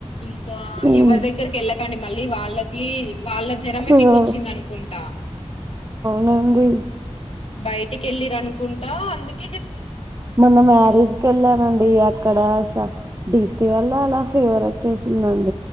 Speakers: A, on the left; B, on the right.
A: ఇంకా
B: హ్మ్.
A: ఎవరి దగ్గరికెళ్ళ అండి. మళ్ళీ వాళ్ళకి వాళ్ళ జ్వరమే
B: ఫీవర్
A: మీకు వచ్చిందనుకుంటా
B: నండి
A: బయటికి వెళ్లిర అనుకుంటా అందుక్
B: మొన్న మ్యారేజ్కి వెళ్ళానండి అక్ అక్కడ స దిష్టి వల్ల అలా ఫీవర్ వచ్చేసిందండి